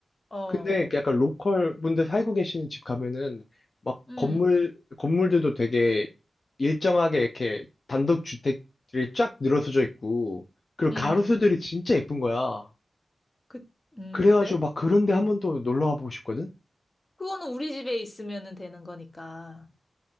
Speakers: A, on the left (about 30°); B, on the left (about 45°).
A: 어.
B: 근데 약간 로컬 분들 살고 계시는 집 가면은 막
A: 응.
B: 건물, 건물들도 되게 일정하게 이렇게 단독 주택들이 쫙 늘어서져 있고 그리고
A: 응.
B: 가로수들이 진짜 예쁜 거야.
A: 그, 응,
B: 그래가지고
A: 그래?
B: 막 그런 데 한번
A: 음.
B: 또 놀러 가보고 싶거든?
A: 그거는 우리 집에 있으면 되는 거니까.